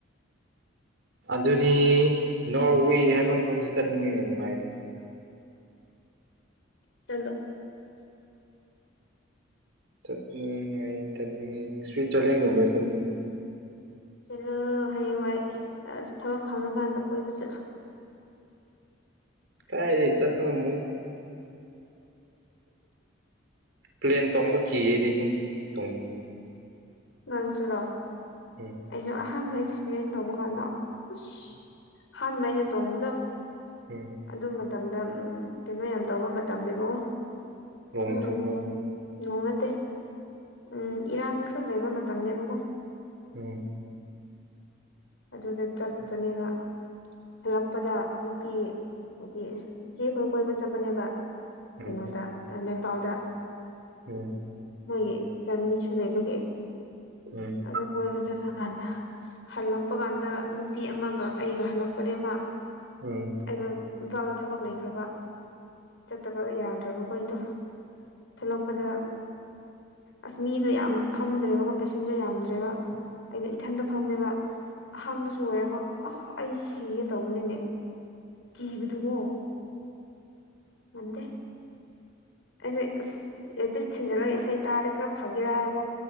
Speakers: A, on the right; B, on the left.
A: ꯑꯗꯨꯅꯤ ꯅꯣꯔꯋꯦ ꯍꯥꯏꯕ ꯃꯐꯝꯁꯤ ꯆꯠꯅꯤꯡꯉꯤꯅꯦ ꯅꯨꯡꯉꯥꯏꯒꯅꯤ
B: ꯆꯜꯂꯣ
A: ꯆꯠꯅꯤꯡ <unintelligible> ꯁꯨꯏꯖꯔꯂꯦꯟꯒꯨꯝꯕ ꯆꯠꯅꯤꯡꯉꯦ
B: ꯆꯠꯂꯣ ꯍꯌꯦꯡꯋꯥꯏ ꯑꯥ ꯊꯕꯛ ꯐꯪꯉꯀꯥꯟꯗ ꯀꯣꯏꯕ ꯆꯠꯂꯣ
A: ꯀꯥꯏꯗꯩ ꯆꯠꯄ ꯉ, ꯃꯣꯏꯗ ꯄ꯭ꯂꯦꯟ ꯇꯣꯡꯕ ꯀꯤꯌꯦ ꯏꯁꯤꯡ ꯇꯣꯡꯅꯤꯡꯗꯦ
B: ꯅꯪꯁꯨꯔꯣ
A: ꯎꯝ
B: ꯑꯩꯁꯨ ꯑꯍꯥꯟꯕ ꯑꯦꯛꯁꯄꯤꯔꯤꯌꯦꯟ ꯇꯧꯕ ꯀꯥꯟꯗ ꯑꯁ ꯑꯍꯥꯟꯕ ꯑꯩꯅ ꯇꯣꯡꯕꯗꯣ
A: ꯎꯝ
B: ꯑꯗꯨ ꯃꯇꯝꯗ ꯎꯝ ꯀꯩꯅꯣ ꯌꯥꯝ ꯇꯧꯕ ꯃꯇꯝꯅꯦꯕꯀꯣ
A: ꯅꯣꯡ
B: ꯎꯝ
A: ꯆꯨꯕ
B: ꯅꯣꯡ ꯅꯠꯇꯦ ꯎꯝ ꯏꯔꯥꯡ ꯈꯔ ꯂꯩꯕ ꯃꯇꯝꯅꯦꯕꯀꯣ
A: ꯑꯣ
B: ꯑꯗꯨꯗ ꯆꯠꯄꯅꯦꯕ ꯍꯜꯂꯛꯄꯗ ꯅꯨꯄꯤ ꯍꯥꯏꯗꯤ ꯏꯆꯦ ꯈꯣꯏ ꯀꯣꯏꯕ ꯆꯠꯄꯅꯦꯕ ꯀꯩꯅꯣꯗ
A: ꯎꯝ
B: ꯅꯦꯄꯥꯜꯗ
A: ꯍꯣꯏ
B: ꯃꯣꯏꯒꯤ ꯐꯦꯃꯤꯂꯤꯁꯨ ꯂꯩꯕꯒꯤ
A: ꯎꯝ
B: ꯑꯗꯨ ꯀꯣꯏꯕ ꯆꯠꯄ ꯀꯥꯟꯗ ꯍꯜꯂꯛꯄ ꯀꯥꯟꯗ ꯅꯨꯄꯤ ꯑꯃꯒ ꯑꯩꯒ ꯍꯜꯂꯛꯄꯅꯦꯕ
A: ꯎꯝ
B: ꯑꯩꯅ ꯏꯝꯐꯥꯜꯗ ꯊꯕꯛ ꯂꯩꯈ꯭ꯔꯕ ꯆꯠꯇꯕ ꯌꯥꯗ꯭ꯔꯕꯈꯣꯗꯣ ꯊꯂꯛꯄꯗ ꯑꯁ ꯃꯤꯗꯣ ꯌꯥꯝ ꯐꯝꯗ꯭ꯔꯦꯕꯀꯣ ꯄꯦꯁꯦꯟꯖꯔ ꯌꯥꯝꯗ꯭ꯔꯦꯕ ꯑꯩꯗꯤ ꯏꯊꯟꯇ ꯐꯝꯃꯦꯕ ꯑꯍꯥꯟꯕꯁꯨ ꯑꯣꯏꯔꯒ ꯑꯍ ꯑꯩ ꯁꯤꯒꯦ ꯇꯧꯕꯅꯤꯅꯦ ꯀꯤꯕꯗꯨꯒꯣ ꯃꯟꯗꯦ ꯑꯩꯁꯦ ꯑꯁ ꯑꯦꯌꯔꯐꯤꯁ ꯊꯤꯟꯖꯤꯜꯂꯒ ꯏꯁꯩ ꯇꯥꯔꯗ ꯈꯔ ꯐꯒꯦꯔ ꯍꯥꯏꯔꯀꯣ